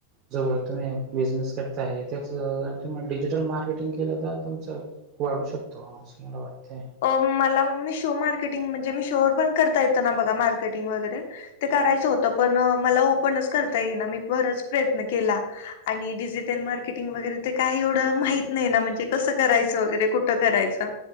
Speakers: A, on the right; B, on the left.
A: जो तुम्ही बिझनेस करता आहे त्याचा जर तुम्ही डिजिटल मार्केटिंग केलं तर तुमचं वाढू शकतो असं मला वाटतं.
B: अ मला मी शो मार्केटिंग म्हणजे मी शोवर पण करता येताना बघा मार्केटिंग वगैरे ते करायचं होतं पण मला ओपणच करता येईना मी बरच प्रयत्न केला. आणि डिजिटल मार्केटिंग वगैरे ते काही एवढं माहित नाही ना म्हणजे कसं करायचं वगैरे कु ठं करायचा